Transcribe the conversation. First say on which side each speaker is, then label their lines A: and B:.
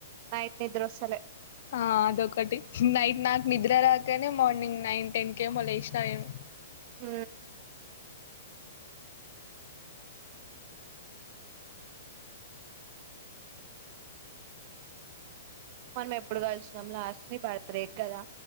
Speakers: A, on the right; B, on the left.
A: నైట్ నిద్రొస్తలే
B: ఆ అదొకటి నైట్ నాకు నిద్ర రాకనే మార్నింగ్ నైన్ టెన్ కేమో లేసినా నేను
A: ఊ మనం ఎప్పుడు కలిసినం లాస్ట్ నీ బర్త్ డే కి కదా